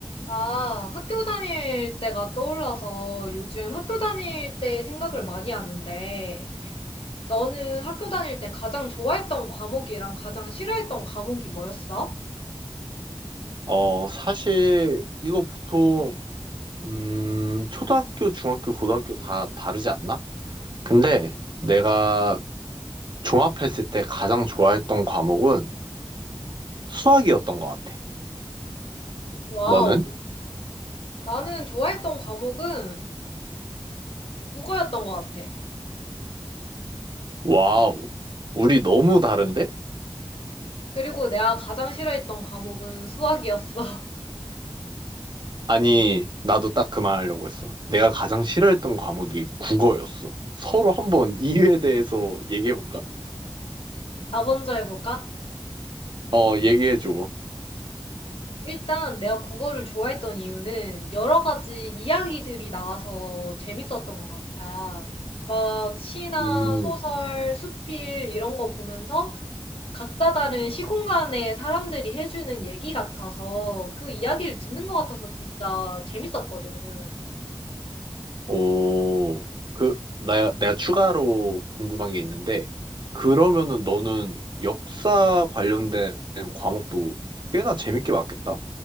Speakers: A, on the left; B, on the right.
A: 나 학교 다닐 때가 떠올라서 요즘 학교 다닐 때 생각을 많이 하는데, 너는 학교 다닐 때 가장 좋아했던 과목이랑 가장 싫어했던 과목이 뭐였어?
B: 어, 사실 이거 보통 음, 초등학교, 중학교, 고등학교 다 다르지 않나? 근데 내가 종합했을 때 가장 좋아했던 과목은 수학이었던 것 같아.
A: 와우.
B: 너는?
A: 나는 좋아했던 과목은 국어였던 것 같아.
B: 와우, 우리 너무 다른데?
A: 그리고 내가 가장 싫어했던 과목은 수학이었어. <laughs>
B: 아니, 나도 딱 그 말 하려고 했어. 내가 가장 싫어했던 과목이 국어였어. 서로 한번 <laughs> 이유에 대해서 얘기해볼까?
A: 나 먼저 해볼까?
B: 어, 얘기해줘.
A: 일단 내가 국어를 좋아했던 이유는 여러 가지 이야기들이 나와서 재밌었던 것 같아. 막 시나
B: 음.
A: 소설, 수필 이런 거 보면서 각자 다른 시공간의 사람들이 해주는 얘기 같아서 그 이야기를 듣는 것 같아서 진짜 재밌었거든.
B: 오, 그, 나, 내가 추가로 궁금한 게 있는데, 그러면은 너는 역사 관련된 과목도 꽤나 재밌게 봤겠다?